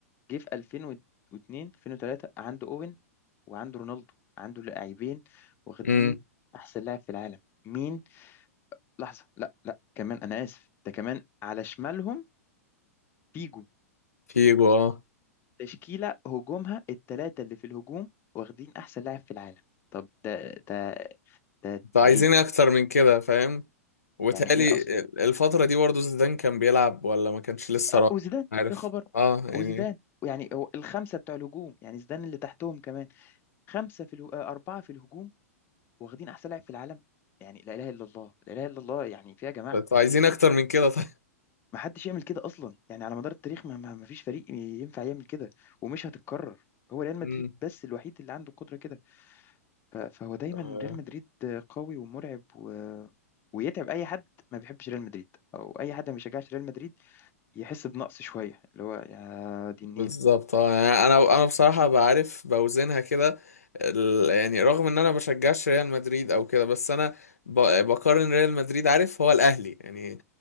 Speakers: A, on the left; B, on the left.
A: جه في 2002 2003 عنده اوين وعنده رونالدو عنده لاعبين واخدين
B: امم
A: احسن لاعب في العالم مين لحظه لا لا كمان انا اسف ده كمان على شمالهم فيجو
B: فيجو اه
A: تشكيله هجومها الثلاثه اللي في الهجوم واخدين احسن لاعب في العالم طب ده ده ده
B: فعايزين
A: ده ايه
B: اكتر من كده فاهم وتالي
A: يعني ايه اصلا
B: الفترة دي برضه زيدان كان بيلعب ولا ما كانش لسه
A: اه
B: راح
A: وزيدان
B: عارف
A: يا خبر
B: اه يعني
A: وزيدان يعني هو الخمسه بتوع الهجوم يعني زيدان اللي تحتهم كمان خمسه في اله... آه، اربعه في الهجوم واخدين احسن لاعب في العالم يعني لا اله الا الله لا اله الا الله يعني في يا جماعه
B: انتوا عايزين اكتر من كده طيب
A: ما حدش يعمل كده اصلا يعني على مدار التاريخ ما, ما ما فيش فريق ينفع يعمل كده ومش هتتكرر هو ريال مدريد
B: امم
A: بس الوحيد اللي عنده قدرة كده ف- فهو دايما
B: <laughs> آه،
A: ريال مدريد قوي ومرعب و... ويتعب اي حد ما بيحبش ريال مدريد او اي حد ما بيشجعش ريال مدريد يحس بنقص شوية اللي هو يا دي
B: بالظبط
A: النيلة
B: اه يعني انا انا بصراحة بعرف بوزنها كده ال- يعني رغم ان انا بشجعش ريال مدريد او كده بس انا ب- بقارن ريال مدريد عارف هو الاهلي يعني